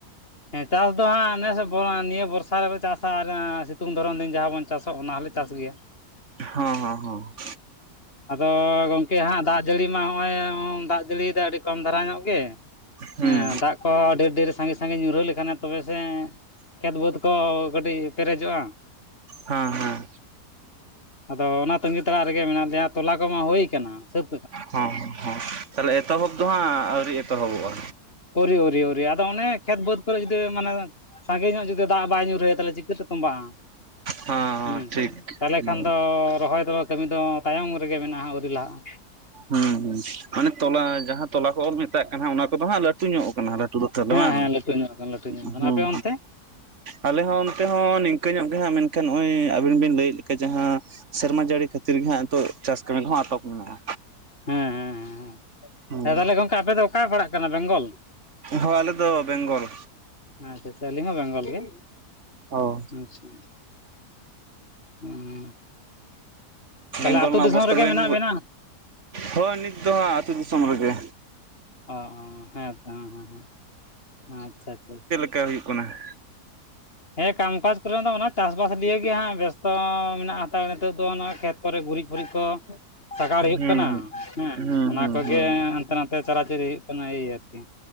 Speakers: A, on the left; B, on the right.
A: ᱦᱮᱸ ᱪᱟᱥ ᱫᱚ ᱦᱟᱸᱜ ᱱᱮᱥ ᱱᱤᱭᱟᱹ ᱵᱚᱨᱥᱟ ᱨᱮᱞᱮ ᱪᱟᱥᱟ ᱟᱨ ᱥᱤᱛᱩᱝ ᱫᱷᱚᱨᱚᱱ ᱫᱤᱱ ᱡᱟᱦᱟᱸ ᱵᱚᱱ ᱪᱟᱥᱟ ᱚᱱᱟ ᱦᱚᱸᱞᱮ ᱪᱟᱥ ᱜᱮᱭᱟ᱾
B: ᱦᱚᱸ ᱦᱚᱸ ᱦᱚᱸ ᱾
A: ᱟᱫᱚ ᱜᱚᱝᱠᱮ ᱦᱟᱸᱜ ᱫᱟᱜ ᱡᱟᱹᱲᱤ ᱢᱟ ᱱᱚᱜᱼᱚᱭ ᱫᱟᱜ ᱡᱟᱹᱲᱤᱭᱮᱫᱟ ᱟᱹᱰᱤ ᱠᱚᱢ ᱫᱷᱟᱨᱟ ᱧᱚᱜ ᱜᱮ ᱾
B: ᱦᱩᱸ
A: ᱦᱮᱸ ᱫᱟᱜ ᱠᱚ ᱟᱹᱰᱤ ᱰᱷᱮᱨ ᱥᱟᱺᱜᱮ ᱥᱟᱺᱜᱮ ᱧᱩᱨᱦᱟᱹ ᱞᱮᱠᱷᱟᱱ ᱛᱚᱵᱮ ᱥᱮ ᱾ ᱠᱷᱮᱛ ᱵᱟᱹᱫᱽ ᱠᱚ ᱠᱟᱹᱴᱤᱡ ᱯᱮᱨᱮᱡᱚᱜᱼᱟ ᱾
B: ᱦᱮᱸ ᱦᱮᱸ
A: ᱟᱫᱚ ᱚᱱᱟ ᱛᱟᱹᱜᱤ ᱛᱟᱲᱟᱜ ᱨᱮᱜᱮ ᱢᱮᱱᱟᱜ ᱞᱮᱭᱟ ᱛᱚᱞᱟ ᱠᱚᱢᱟ ᱦᱩᱭ ᱟᱠᱟᱱᱟ ᱾ ᱥᱟᱹᱛ
B: ᱦᱚᱸ ᱦᱚᱸ ᱛᱟᱦᱚᱞᱮ ᱮᱛᱚᱦᱚᱵ ᱫᱚ ᱦᱟᱸᱜ ᱟᱹᱣᱨᱤ ᱮᱛᱚᱦᱚᱵᱚᱜᱼᱟ?
A: ᱟᱣᱨᱤ ᱟᱣᱨᱤ ᱟᱣᱨᱤ ᱟᱫᱚ ᱚᱱᱮ ᱠᱷᱮᱛ ᱵᱟᱹᱫᱽ ᱠᱚᱨᱮ ᱡᱩᱫᱤ ᱢᱟᱱᱮ ᱥᱟᱸᱜᱮ ᱧᱚᱜ ᱡᱩᱫᱤ ᱫᱟᱜ ᱵᱟᱭ ᱧᱩᱨᱦᱭᱟ ᱛᱟᱦᱚᱞᱮ ᱪᱤᱠᱟᱹᱛᱮ ᱛᱚᱸᱵᱟᱜᱼᱟ
B: ᱦᱚᱸ
A: ᱦᱮ
B: ᱴᱷᱤᱠ
A: ᱥᱮ ᱛᱟᱦᱚᱞᱮ
B: ᱦᱩᱸ
A: ᱠᱷᱟᱱ ᱫᱚ ᱨᱚᱦᱚᱭ ᱫᱚ ᱠᱟᱹᱢᱤ ᱫᱚ ᱛᱟᱭᱚᱢ ᱨᱮᱜᱮ ᱢᱮᱱᱟᱜᱼᱟ ᱞᱟᱦᱟᱜᱼᱟ
B: ᱦᱩᱸ ᱦᱩᱸ ᱢᱟᱱᱮ ᱛᱚᱞᱟ ᱡᱟᱦᱟᱸ ᱛᱚᱞᱟ ᱠᱚ ᱵᱚ ᱢᱮᱛᱟᱜ ᱠᱟᱱᱟ ᱚᱱᱟ ᱠᱚᱫᱚ ᱦᱟᱸᱜ ᱞᱟᱹᱴ ᱞᱟᱴᱩ ᱧᱚᱜ ᱠᱟᱱᱟ ᱞᱟᱴᱩ ᱫᱚ ᱛᱟᱦᱚᱞᱮ
A: ᱦᱮᱸ
B: ᱵᱟᱝ,
A: ᱦᱮᱸ ᱞᱟᱹᱴᱩ ᱧᱚᱜ ᱟᱠᱟᱱᱟ ᱞᱟᱹᱴᱩ ᱧᱚᱜ
B: ᱦᱩᱸ
A: ᱟᱠᱟᱱᱟ
B: ᱦᱩᱸ
A: ᱟᱯᱮ ᱚᱱᱛᱮ
B: ᱟᱞᱮ ᱦᱚᱸ ᱚᱱᱛᱮ ᱦᱚᱸ ᱱᱤᱝᱠᱟᱹ ᱧᱚᱜ ᱜᱮ ᱦᱟᱸᱜ ᱢᱮᱱᱠᱷᱟᱱ ᱱᱚᱜᱼᱚᱭ ᱟᱹᱵᱤᱱ ᱵᱤᱱ ᱞᱟᱹᱭᱮᱫ ᱞᱮᱠᱟ ᱡᱟᱦᱟᱸ ᱥᱮᱨᱢᱟ ᱡᱟᱹᱲᱤ ᱠᱷᱟᱹᱛᱤᱨ ᱜᱮ ᱦᱟᱸᱜ ᱱᱤᱛᱚᱜ ᱪᱟᱥ ᱠᱟᱹᱢᱤ ᱠᱚᱦᱚᱸ ᱟᱴᱚᱠ ᱢᱮᱱᱟᱜᱼᱟ᱾
A: ᱦᱮᱸ ᱦᱮᱸ ᱦᱮᱸ
B: ᱦᱩᱸ
A: ᱦᱮᱸ ᱛᱟᱦᱚᱞᱮ ᱜᱚᱢᱠᱮ ᱟᱯᱮ ᱫᱚ ᱚᱠᱟ ᱯᱟᱲᱟᱜ ᱠᱟᱱᱟ ᱵᱮᱝᱜᱚᱞ?
B: ᱦᱳᱭ ᱟᱞᱮ ᱫᱚ ᱵᱮᱝᱜᱚᱞ
A: ᱟᱪᱪᱷᱟ ᱪᱷᱟ ᱟᱞᱤᱧ ᱦᱚᱸ ᱵᱮᱝᱜᱚᱞ ᱜᱮ᱾
B: ᱚ
A: ᱟᱪᱪᱷᱟ ᱦᱩᱸ ᱛᱟᱦᱚᱞᱮ
B: ᱵᱮᱝᱜᱚᱞ
A: ᱟᱹᱛᱩ
B: ᱨᱮᱱᱟᱜ
A: ᱫᱤᱥᱚᱢ
B: ᱚᱵᱚᱥᱛᱟ
A: ᱨᱮᱜᱮ
B: ᱵᱮᱱ,
A: ᱢᱮᱱᱟᱜ ᱵᱮᱱᱟ
B: ᱦᱳᱭ ᱱᱤᱛ ᱫᱚ ᱦᱟᱸᱜ ᱟᱹᱛᱩ ᱫᱤᱥᱚᱢ ᱨᱮᱜᱮ᱾
A: ᱚ ᱦᱚ ᱦᱮᱸ ᱛᱚ ᱦᱮᱸ ᱦᱮᱸ ᱟᱪᱪᱷᱟ ᱟᱪᱪᱷᱟ᱾
B: ᱠᱟᱹ ᱦᱩᱭᱩᱜ ᱠᱟᱱᱟ᱾
A: ᱦᱮᱸ ᱠᱟᱢᱠᱟᱡ ᱠᱚᱨᱮ ᱫᱚ ᱚᱱᱟ ᱪᱟᱥᱵᱟᱥ ᱱᱤᱭᱮ ᱜᱮ ᱦᱟᱸᱜ ᱵᱮᱥᱛᱚ ᱢᱮᱱᱟᱜ ᱦᱟᱛᱟᱲ ᱱᱤᱛᱚᱜ ᱫᱚ ᱚᱱᱟ ᱠᱷᱮᱛ ᱠᱚᱨᱮ ᱜᱩᱨᱤᱡ ᱜᱩᱨᱤᱡ ᱠᱚ ᱥᱟᱜᱟᱲ ᱦᱩᱭᱩᱜ
B: ᱦᱩᱸ
A: ᱠᱟᱱᱟ ᱦᱮᱸ
B: ᱦᱩᱸ
A: ᱚᱱᱟ
B: ᱦᱩᱸ
A: ᱠᱚᱜᱮ
B: ᱦᱩᱸ
A: ᱦᱟᱱᱛᱮ ᱱᱟᱛᱮ ᱪᱟᱨᱟ ᱪᱟᱹᱨᱤ ᱦᱩᱭᱩᱜ ᱠᱟᱱᱟ ᱮ ᱟᱨᱠᱤ᱾